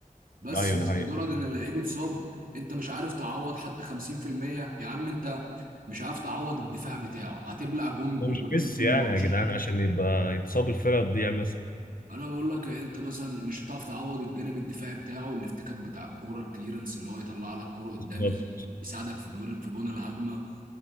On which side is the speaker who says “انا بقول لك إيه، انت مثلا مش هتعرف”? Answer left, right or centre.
Right